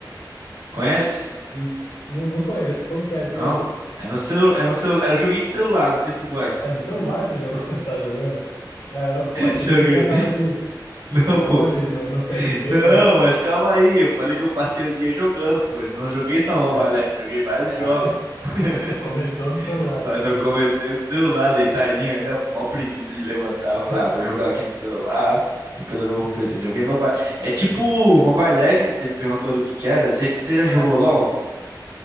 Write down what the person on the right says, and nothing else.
Conhece?
Não?
É no seu, é no seu, é um joguinho de celular, não sei se tu gosta.
Joguei.
Não, pô.
Não, mas calma aí. Eu falei que eu passei o dia jogando, pô. Não joguei só Mobile
Legends, joguei vários jogos.
<laughs>
Mas
eu comecei no celular, deitadinho ali, ó. Mó preguiça de levantar. Falei,
ah, vou jogar aqui no celular. Depois eu vou pro PC. Joguei Mobile. É tipo Mobile Legends, você me perguntou ali o que que era. Você você já jogou
LOL?